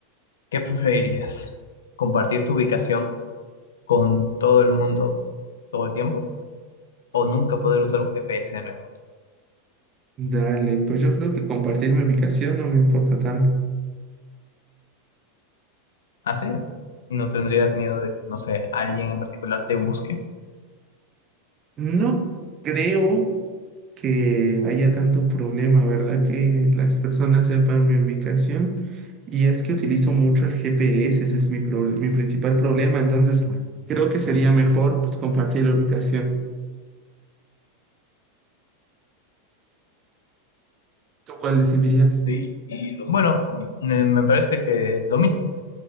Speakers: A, on the left; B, on the right.
A: ¿Qué preferirías? ¿Compartir tu ubicación con todo el mundo todo el tiempo o nunca poder usar un GPS de nuevo?
B: Dale, pues yo creo que compartir mi ubicación no me importa tanto.
A: Así, no tendrías miedo de que, no sé, alguien en particular te busque
B: No creo que haya tanto problema, ¿verdad? Que las personas sepan mi ubicación. Y es que utilizo mucho el GPS, ese es mi, proble- mi principal problema. Entonces, creo que sería mejor pues, compartir la ubicación. ¿Tú cuál decidirías?
A: Sí. Bueno, me, me parece que lo mismo.